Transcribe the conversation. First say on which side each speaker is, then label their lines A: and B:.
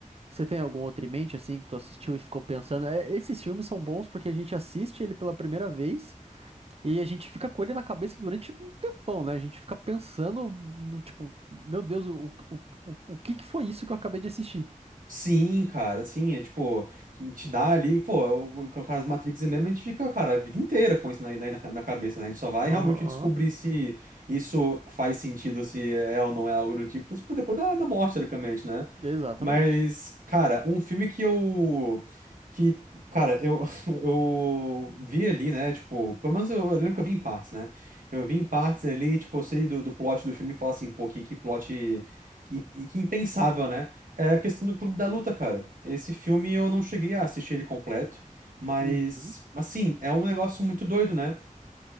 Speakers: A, on the right (about 45°); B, on the right (about 80°).
A: Você tem algum outro em mente, assim, que tu assistiu e ficou pensando? É, esses filmes são bons porque a gente assiste ele pela primeira vez. E a gente fica com ele na cabeça durante um tempão, né? A gente fica pensando, no tipo, meu Deus, o, o, o, o que que foi isso que eu acabei de assistir?
B: Sim, cara, sim, é tipo, te dá ali, pô, o caso Matrix mesmo, a gente fica, cara, a vida inteira com isso na, na, na cabeça, né? A gente só vai
A: Aham,
B: realmente descobrir
A: aham,
B: se isso faz sentido, se é ou não é algo do tipo, tipo, depois da, da morte, teoricamente, né?
A: exatamente.
B: Mas, cara, um filme que eu, que, cara, eu, <laughs> eu vi ali, né, tipo, pelo menos eu lembro que eu vi em partes, né? Eu vi em partes ali, tipo, eu sei do, do plot do filme e falo assim, pô, que, que plot, que, que impensável, né? É a questão do Clube da Luta, cara. Esse filme eu não cheguei a assistir ele completo, mas,
A: Uhum.
B: assim, é um negócio muito doido, né?